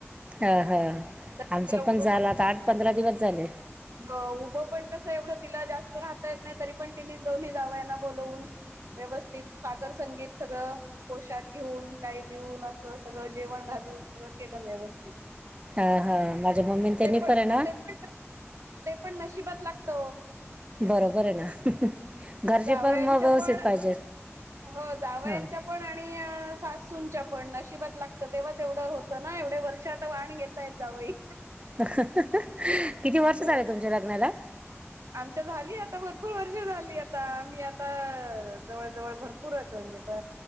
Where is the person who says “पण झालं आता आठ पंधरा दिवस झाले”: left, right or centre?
Right